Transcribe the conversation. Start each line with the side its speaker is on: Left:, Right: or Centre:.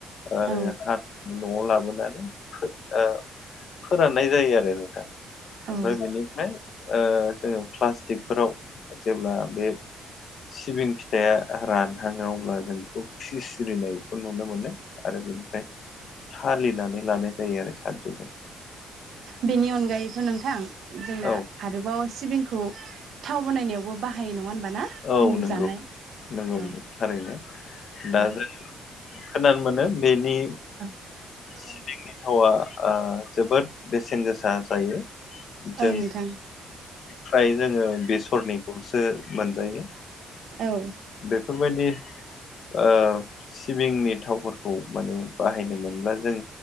Left: आरो
Right: औ
Left: हा न'आव लाबोनानै फो-फोराननाय जायो आरो नोंथां
Right: औ
Left: ओमफ्राय बेनिफ्राय ओ जोङो प्लास्टिकफोराव जेब्ला बे सिबिं फिथाया रानहाङो अब्ला जों बेखौ फिस्रिनायखौ नुनो मोनो आरो बेनिफ्राय सालिनानै लानाय जायो आरो सानद्रिजों
Right: बेनि अनगायैथ' नोंथां जोंना
Left: औ
Right: आरोबाव सिबिंखौ थाव बानायनायावबो बाहायो नङा होनबा ना
Left: औ
Right: जोंनि
Left: नंगौ
Right: जानाय
Left: नंगौ
Right: औ
Left: थारैनो दा
Right: औ
Left: जोङो खोनानो मोनो बेनि
Right: <unintelligible>
Left: सिबिंनि थावा ओ जोबोद बेसेन गोसा जायो जों
Right: औ नोंथां
Left: फ्राय जोङो बेसरनिखौसो मोनजायो
Right: औ
Left: बेफोरबायदि ओ सिबिंनि थावफोरखौ माने बाहायनो मोनब्ला जों